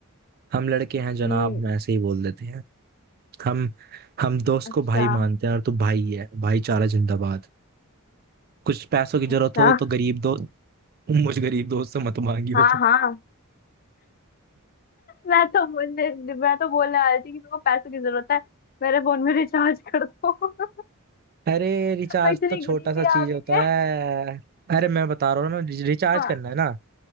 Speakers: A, on the right (about 45°); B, on the left (about 40°).
A: हम लड़के हैं जनाब
B: हम्म
A: हम ऐसे ही बोल देते हैं हम हम दोस्त
B: अच्छा
A: को भाई मानते हैं और तू भाई है भाईचारा जिंदाबाद कुछ पैसों की जरूरत
B: अच्छा
A: हो तो गरीब दोस्त मुझ गरीब दोस्त से मत मांगियो
B: हाँ हाँ मैं तो बोलने मैं तो बोलने वाली थी कि मेरे को पैसों की जरूरत है मेरे फोन में रिचार्ज कर दो <laughs>
A: <laughs> अरे रिचार्ज
B: इतनी
A: तो छोटा
B: गरीबी
A: सा चीज
B: आ गई
A: होता
B: है
A: है अरे मैं बता रहा हूँ ना रिच- रिचार्ज
B: हाँ
A: करना है ना